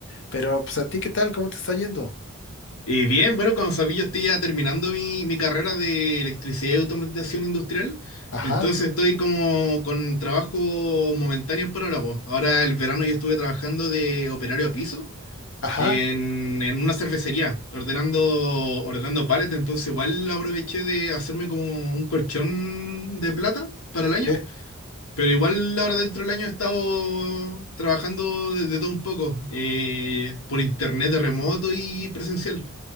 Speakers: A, on the left; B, on the left.
A: Pero, pues, ¿a ti qué tal? ¿Cómo te está yendo?
B: Y bien, bueno, como sabía, yo estoy ya terminando mi, mi carrera de electricidad y automatización industrial.
A: Ajá,
B: Entonces estoy como con trabajo momentáneos por ahora, po. Ahora el verano yo estuve trabajando de operario a piso
A: ajá.
B: en, en una cervecería, ordenando, ordenando pallets. Entonces igual aproveché de hacerme como un colchón de plata para el año.
A: Sí,
B: Pero igual ahora dentro del año he estado trabajando de, de todo un poco, eh, por internet de remoto y presencial.